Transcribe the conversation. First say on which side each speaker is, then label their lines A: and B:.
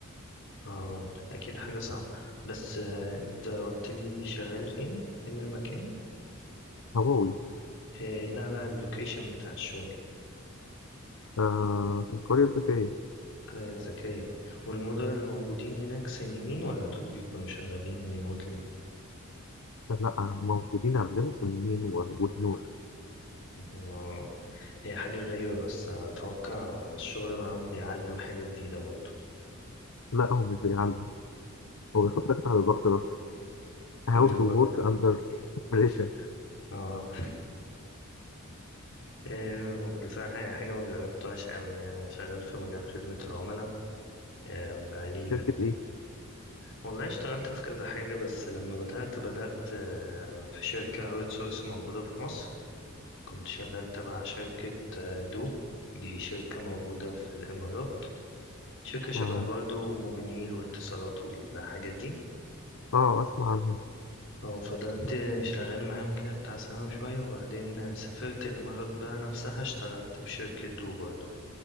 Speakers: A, on the left (about 65°); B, on the left (about 80°).
A: اه اكيد حاجة صعبة بس آه، انت قلت لي شغال فين فين المكان
B: هواوي
A: آه، لا لا اللوكيشن بتاع الشغل
B: آه في القرية الذكية
A: كويس ذكية والمدراء اللي موجودين هناك صينيين ولا دول بيكونوا شغالين ريموتلي
B: لا موجودين عندنا صينيين و- وهنود
A: اه هي حاجة غريبة بس أتوقع الشغل معاهم بيعلم حاجة جديدة برضه
B: لا هو مش بيعلم هو بيحطك تحت ضغط بس how
A: بيو...
B: to work under pressure
A: اه آه، بصراحة هي حاجة ما جربتهاش أوي يعني أنا شغال في مجال خدمة العملاء آه، بقالي
B: شركة ايه؟
A: والله اشتغلت في كذا حاجة بس لما بدأت بدأت آه، في شركة أوت سورس موجودة في مصر كنت شغال تبع شركة آه، دو دي شركة موجودة في الإمارات شركة شبه
B: اه
A: برضو موبينيل واتصالات والحاجات دي
B: اه اسمع عنها
A: أه، فضلت شغال معاهم كده بتاع سنة وشوية وبعدين سافرت الإمارات بقى نفسها اشتغلت في شركة دو برضو